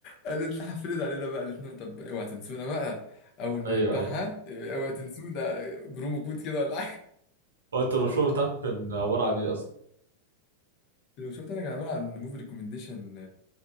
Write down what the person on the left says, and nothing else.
قالت لنا حفلت علينا بقى قالت لنا طب اوعى تنسونا بقى اول ما
يتباعها
آه، اوعى تنسونا آه، برومو كود كده ولا
لو شفت انا كان عباره عن موفي ريكومنديشن